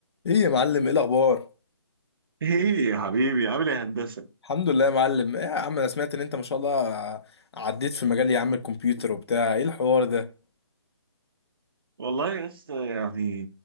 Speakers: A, on the left (about 60°); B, on the right (about 50°).
A: ايه يا معلم ايه الاخبار
B: ايه يا حبيبي عامل ايه يا هندسه
A: الحمد لله يا معلم ايه يا عم انا سمعت ان انت ما شاء الله عديت في مجال يا عم الكمبيوتر وبتاع ايه الحوار ده
B: والله يا اسطى يعني